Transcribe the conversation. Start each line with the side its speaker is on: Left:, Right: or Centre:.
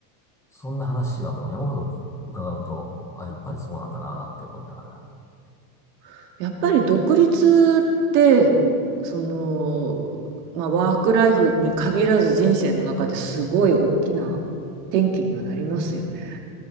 Centre: そんな話はもう山ほど伺うと、あ、
Right: そっ
Centre: やっぱりそうなんだな、なんて思いながら。
Right: かやっぱり独立ってその、まあ、ワークライフに限らず人生の中ですごい大きな転機にはなりますよね。